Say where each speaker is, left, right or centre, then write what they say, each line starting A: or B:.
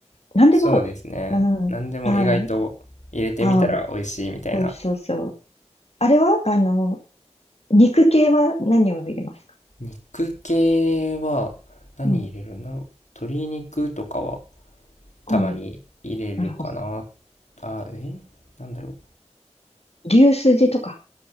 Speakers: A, on the left; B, on the left.
A: なんでも合う。
B: そうですね。
A: うん、
B: なんでも意外と入れてみたら美味しいみたいな。
A: はい。合う。そうそうそう。あれはあの肉系は何を入れますか
B: 肉系は何入れるんだろう。
A: うん。
B: 鶏肉とかは
A: ああ、
B: たまに入れるかな。
A: なるほど。
B: あ、えなんだろ
A: 牛すじとか。